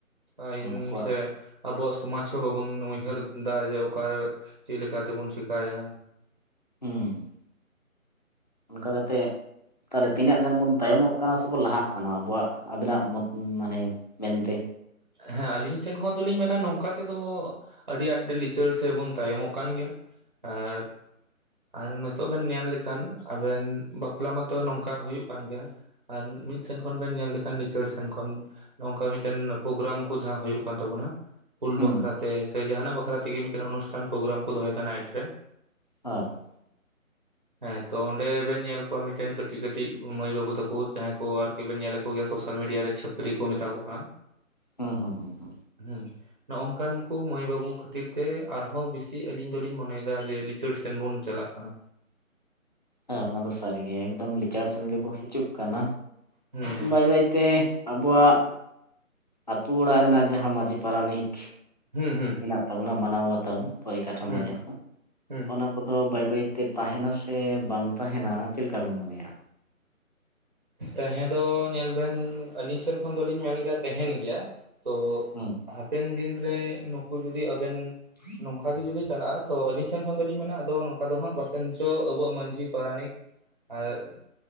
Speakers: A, on the right; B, on the left.
A: ᱛᱟᱦᱮᱱ
B: ᱩᱱᱠᱩ ᱠᱚᱣᱟᱜ
A: ᱥᱮ ᱟᱵᱚᱣᱟᱜ ᱥᱚᱢᱟᱡᱽ ᱦᱚᱸ ᱵᱟᱵᱩᱱ ᱩᱭᱦᱟᱹᱨ ᱮᱫᱟ ᱡᱮ ᱚᱠᱟ ᱪᱮᱫ ᱞᱮᱠᱟ ᱛᱮᱵᱚᱱ ᱪᱤᱠᱟᱭᱟ᱾
B: ᱦᱩᱸ ᱚᱱᱠᱟ ᱠᱟᱛᱮᱜ ᱛᱟᱦᱚᱞᱮ ᱛᱤᱱᱟᱹᱜ ᱜᱟᱱ ᱵᱚᱱ ᱛᱟᱭᱚᱢᱚᱜ ᱠᱟᱱᱟ ᱥᱮᱵᱚᱱ ᱞᱟᱦᱟᱜ ᱠᱟᱱᱟ ᱟᱵᱚᱣᱟᱜ ᱟᱵᱤᱱᱟᱜ ᱢᱚᱛ ᱢᱟᱱᱮ ᱢᱮᱱᱛᱮ
A: ᱦᱮᱸ ᱟᱹᱞᱤᱧ ᱥᱮᱱ ᱠᱷᱚᱱ ᱫᱚᱞᱤᱧ ᱢᱮᱱᱟ ᱱᱚᱝᱠᱟ ᱛᱮᱫᱚ ᱟᱹᱰᱤ ᱟᱸᱴ ᱞᱤᱪᱟᱹᱲ ᱥᱮᱵᱚᱱ ᱛᱟᱭᱚᱢᱚᱜ ᱠᱟᱱ ᱜᱮᱭᱟ ᱟᱨ ᱟᱨ ᱱᱤᱛᱚᱜ ᱵᱮᱱ ᱧᱮᱞ ᱞᱮᱠᱷᱟᱱ ᱟᱵᱮᱱ ᱵᱟᱯᱞᱟ ᱢᱟᱛᱚ ᱱᱚᱝᱠᱟ ᱦᱩᱭᱩᱜ ᱠᱟᱱ ᱜᱮᱭᱟ ᱟᱨ ᱢᱤᱫ ᱥᱮᱱ ᱠᱷᱚᱱ ᱵᱮᱱ ᱧᱮᱞ ᱞᱮᱠᱷᱟᱱ ᱞᱤᱪᱟᱹᱲ ᱥᱮᱱ ᱠᱷᱚᱱ ᱱᱚᱝᱠᱟ ᱢᱤᱫᱴᱮᱱ ᱯᱨᱳᱜᱨᱟᱢ ᱠᱚ ᱡᱟᱦᱟ ᱡᱚᱦᱳᱜ ᱠᱟᱱ ᱛᱟᱵᱚᱱᱟ ᱦᱩᱞ
B: ᱦᱩᱸ
A: ᱵᱟᱠᱷᱨᱟ ᱛᱮ ᱡᱟᱦᱟᱱᱟᱜ ᱵᱟᱠᱷᱨᱟ ᱛᱮᱜᱮ ᱢᱤᱫᱴᱮᱱ ᱚᱱᱩᱥᱴᱷᱟᱱ ᱯᱨᱳᱜᱨᱟᱢ ᱠᱚ ᱫᱚᱦᱚᱭ ᱛᱟᱦᱮᱱᱟ ᱱᱟᱭᱤᱴ ᱨᱮ
B: ᱦᱮᱸ <inaudible>
A: ᱦᱮᱸ ᱛᱚ ᱚᱸᱰᱮ ᱵᱮᱱ ᱧᱮᱞ ᱠᱚᱣᱟ ᱢᱤᱫᱴᱮᱱ ᱠᱟᱹᱴᱤᱡ ᱠᱟᱹᱴᱤᱡ ᱢᱟᱹᱭ ᱵᱟᱹᱵᱩ ᱛᱟᱠᱚ ᱡᱟᱦᱟᱸᱭ ᱠᱚ ᱟᱨᱠ ᱵᱮᱱ ᱧᱮᱞᱮᱫ ᱠᱚᱜᱮᱭᱟ ᱥᱳᱥᱟᱞ ᱢᱤᱰᱤᱭᱟ ᱨᱮ ᱪᱷᱟᱯᱨᱤ ᱠᱚ ᱢᱮᱛᱟ ᱠᱚ ᱠᱟᱱᱟ
B: ᱦᱮᱸ ᱦᱩ ᱦᱮᱸ
A: ᱦᱮᱸ ᱱᱚᱜᱝᱠᱟᱱ ᱠᱚ ᱢᱟᱹᱭ ᱵᱟᱹᱵᱩ ᱠᱷᱟᱹᱛᱤᱨ ᱛᱮ ᱟᱨᱦᱚᱸ ᱵᱮᱥᱤ ᱟᱹᱞᱤᱧ ᱫᱚᱞᱤᱧ ᱢᱚᱱᱮᱭᱮᱫᱟ ᱡᱮ ᱞᱤᱪᱟᱹᱲ ᱥᱮᱱ ᱵᱚᱱ ᱪᱟᱞᱟᱜ ᱠᱟᱱᱟ
B: ᱦᱮᱸ ᱚᱱᱟ ᱫᱚ ᱥᱟᱹᱨᱤ ᱜᱮ ᱮᱠᱫᱚᱢ ᱞᱮᱤᱪᱟᱲ ᱥᱮᱱ ᱜᱮᱠᱚ ᱦᱤᱡᱩᱜ ᱠᱟᱱᱟ
A: ᱦᱩᱸ
B: ᱵᱟᱭ ᱵᱟᱭ ᱛᱮ ᱟᱵᱚᱣᱟᱜ ᱟᱛᱳ ᱚᱲᱟᱜ ᱨᱮᱱᱟᱜ ᱡᱟᱦᱟᱸ ᱢᱺᱡᱷᱤ ᱯᱟᱨᱟᱱᱤᱠ
A: ᱦᱩᱸ ᱦᱩᱸ
B: ᱢᱮᱱᱟᱜ ᱛᱟᱵᱚᱱᱟ ᱢᱟᱱᱟᱣ ᱵᱟᱛᱟᱣ ᱯᱚᱨᱤᱠᱟᱴᱷᱟᱢᱳ
A: ᱦᱩᱸ
B: ᱡᱟᱦᱟᱸᱟ
A: ᱦᱩᱸ
B: ᱠᱚ ᱚᱱ ᱠᱚᱫᱚ ᱵᱟᱹᱭ ᱵᱟᱹᱭ ᱛᱮ ᱛᱟᱦᱮᱱᱟ ᱥᱮ ᱵᱟᱝ ᱛᱟᱦᱮᱱᱟ ᱪᱮᱫ ᱞᱮᱠᱟ ᱵᱤᱱ ᱢᱚᱱᱮᱭᱟ
A: ᱛᱟᱦᱮᱸ ᱫᱚ ᱧᱮᱞ ᱵᱮᱱ ᱟᱹᱞᱤᱧ ᱥᱮᱱ ᱠᱷᱚᱱ ᱫᱚᱞᱤᱧ ᱢᱮᱱ ᱜᱮᱭᱟ ᱛᱟᱦᱮᱱ ᱜᱮᱭᱟ ᱛᱚ
B: ᱦᱩᱸ
A: ᱦᱟᱯᱮᱱ ᱫᱤᱱᱨᱮ ᱱᱩᱠᱩ ᱡᱩᱫᱤ ᱟᱵᱮᱱ
B: <inaudible>
A: ᱱᱚᱝᱠᱟ ᱜᱮ ᱡᱩᱫᱤ ᱪᱟᱞᱟᱜᱼᱟ ᱛᱚ ᱟᱹᱞᱤᱧ ᱥᱮᱱ ᱠᱷᱚᱱ ᱫᱚᱞᱤᱧ ᱢᱮᱱᱟ ᱟᱫᱚ ᱱᱚᱝᱠᱟ ᱫᱚ ᱦᱟᱸᱜ ᱵᱟᱥᱮᱱ ᱪᱚ ᱟᱵᱚᱣᱟᱜ ᱢᱟᱺᱡᱷᱤ ᱯᱟᱨᱟᱱᱤᱠ ᱟᱨ